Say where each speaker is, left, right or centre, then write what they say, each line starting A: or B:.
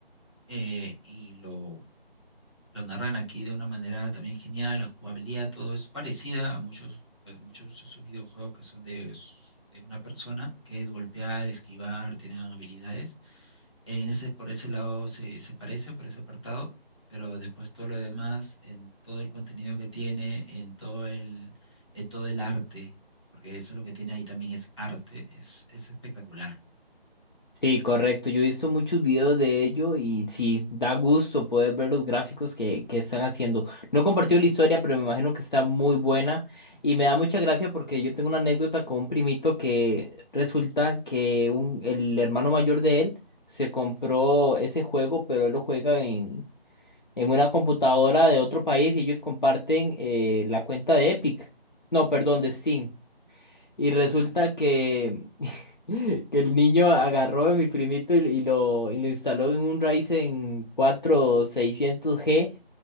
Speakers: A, on the left; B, on the left.
A: eh, y lo, lo narran aquí de una manera también genial, la jugabilidad, todo es parecida a muchos, a muchos de esos videojuegos que son de, s- de una persona, que es golpear, esquivar, tienen habilidades, en ese, por ese lado se, se parece, por ese apartado, pero después todo lo demás, en todo el contenido que tiene, en todo el, en todo el arte, porque eso lo que tiene ahí también es arte, es, es espectacular.
B: Sí, correcto. Yo he visto muchos videos de ello y sí, da gusto poder ver los gráficos que, que están haciendo. No he compartido la historia, pero me imagino que está muy buena y me da mucha gracia porque yo tengo una anécdota con un primito que resulta que un, el hermano mayor de él se compró ese juego, pero él lo juega en, en una computadora de otro país y ellos comparten eh, la cuenta de Epic. No, perdón, de Steam. Y resulta
A: Claro.
B: que <laughs> Que el niño agarró a mi primito y, y lo, y lo instaló en un Ryzen cuatro seiscientos g